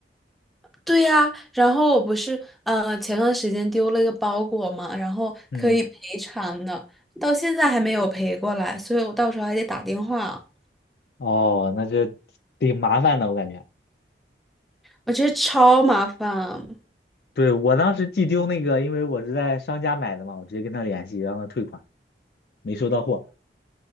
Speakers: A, in the centre; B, on the left.
A: 对呀，然后我不是呃前段时间丢了一个包裹嘛，然后可以赔偿的，
B: <laughs> 嗯，
A: 到现在还没有赔过来，所以我到时候还得打电话，
B: 哦，那这挺麻烦的，我感觉。
A: 我觉得超麻烦。
B: 对，我当时寄丢那个，因为我是在商家买的嘛，我直接跟他联系，让他退款，没收到货。